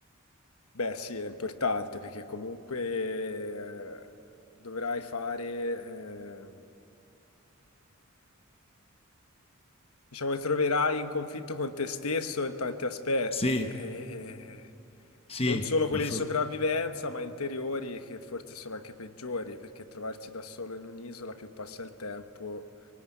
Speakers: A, on the left; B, on the left.
A: Beh, sì, è importante perché comunque eh, dovrai fare ehm, diciamo, ti troverai in conflitto con te stesso in tanti aspetti,
B: <laughs>
A: e-
B: sì, sì,
A: non solo quelli
B: assolut-
A: di sopravvivenza, ma interiori che forse sono anche peggiori, perché trovarsi da solo in un'isola, più passa il tempo